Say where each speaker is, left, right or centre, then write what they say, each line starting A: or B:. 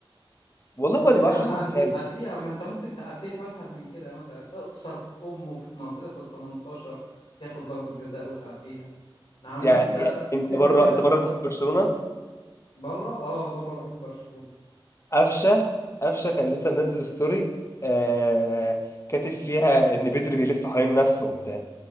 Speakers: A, on the left; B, on the left.
A: والله
B: يعني
A: هو اللي ما بيعرفش
B: يا عم
A: يصد
B: عدي
A: فعلا
B: عديها ما انت ممكن تعديها بسهل من كده مثلا اقصر امه في منطقه ال 18 ياخد ضربه جزاء وتعديها نعم ان
A: يعني,
B: انت
A: يعني انت
B: تسيبها
A: بره
B: كده
A: انت بره بتحب برشلونه
B: بره اه بره بحب برشلونه
A: قفشه قفشه كان لسه منزل ستوري آه... كاتب فيها ان بدري بيلف حوالين نفسه وبتاع